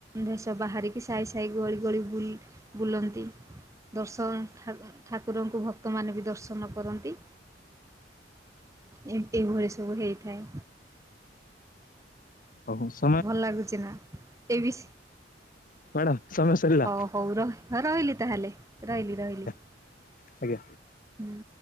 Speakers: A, on the right; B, on the left.
A: ଭେଷ ବାହାରିକି ସାଇ ସାଇ ଗଳି ଗଳି ବୁଲନ୍ତି। ଦର୍ଶନ ଠାକୁରଙ୍କୁ ଭକ୍ତ ମାନେ ବି ଦର୍ଶନ କରନ୍ତି। ଏମିତି ଏଇ ଭଳି ସବୁ ହେଇଥାଏ।
B: ରହୁଛି <unintelligible>
A: ଭଲ ଲାଗୁଛି ନା ଏ ବି
B: ମାଡାମ୍ ସମୟ ସରିଲା।
A: ହଉ ହଉ ର ରହିଳି ତାହେଲେ ରହିଲି ରହିଲି।
B: ହ୍ୟାଲେ।
A: ହୁଁ।